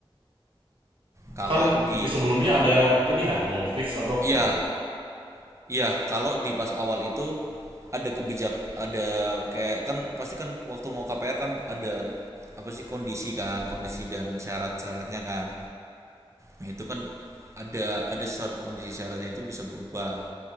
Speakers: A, on the right; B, on the right.
A: Kalau
B: Kan
A: di
B: di sebelumnya ada pilihan mau fix atau float.
A: iya, iya, kalau di pas awal itu ada kebijak ada kayak kan pasti kan waktu mau KPR kan ada apa sih kondisi kan, kondisi dan syarat-syaratnya kan. Nah, itu kan ada ada kondisi syaratnya itu bisa berubah.